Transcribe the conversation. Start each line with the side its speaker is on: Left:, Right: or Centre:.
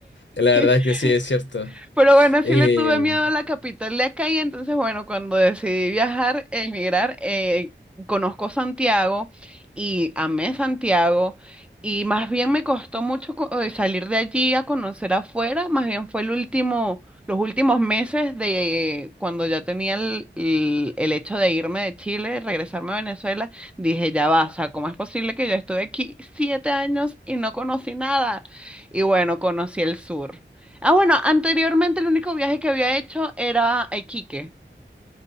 Left: la verdad
Centre: <laughs>
Left: es que sí es cierto.
Centre: Pero bueno,
Left: Eh,
Centre: sí le tuve miedo a la capital de acá y entonces, bueno, cuando decidí viajar, emigrar, eh, conozco Santiago y amé Santiago y más bien me costó mucho co- eh, salir de allí a conocer afuera, más bien fue el último, los últimos meses de cuando ya tenía el, el- el hecho de irme de Chile, regresarme a Venezuela, dije, ya va, o sea, ¿cómo es posible que yo estuve aquí siete años y no conocí nada? Y bueno, conocí el sur. Ah, bueno, anteriormente el único viaje que había hecho era a Iquique.